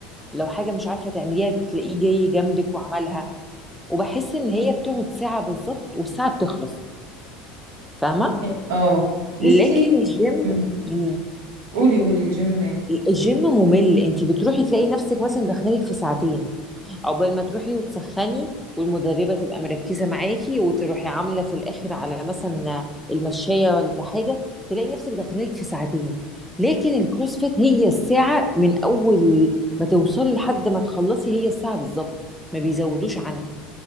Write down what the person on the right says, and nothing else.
حلو. اه بصي
مم.
قولي قولي الجيم مال